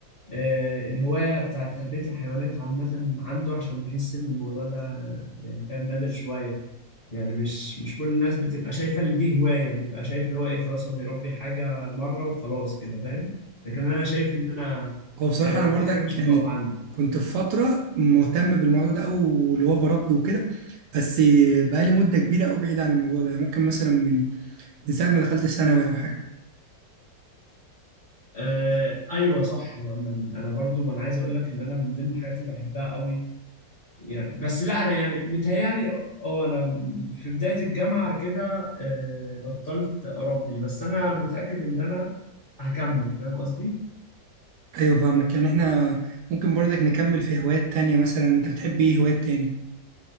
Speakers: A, on the left; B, on the right.
A: آه الهوايه بتاعت تربيه الحيوانات عامه عنده عشان بحس ان الموضوع ده يعني فاهم نادر شويه يعني مش مش كل الناس بتبقى شايفه ان دي هوايه بيبقى شايف اللي هو ايه خلاص هو بيربي حاجه مره وخلاص كده فاهم لكن انا شايف ان انا
B: هو بصراحة
A: آه
B: أنا
A: دي
B: برضك
A: حاجه مش
B: يعني
A: هتقف عندي
B: كنت في فترة مهتم بالموضوع ده أو اللي هو بربي وكده بس بقالي مدة كبيرة أوي بعيد عن الموضوع ده يعني ممكن مثلا من من ساعة ما دخلت ثانوي أو حاجة
A: آه ايوه صح يا عم انا برضو انا عايز اقول لك ان انا من ضمن الحاجات اللي بحبها قوي يعني بس لا انا يعني متهيالي اه انا في بداية الجامعة كده آه، بطلت اربي بس انا متأكد ان انا هكمل فاهم قصدي
B: أيوة فاهمك يعني إحنا ممكن برضك نكمل في هوايات تانية مثلا أنت بتحب إيه هوايات تاني؟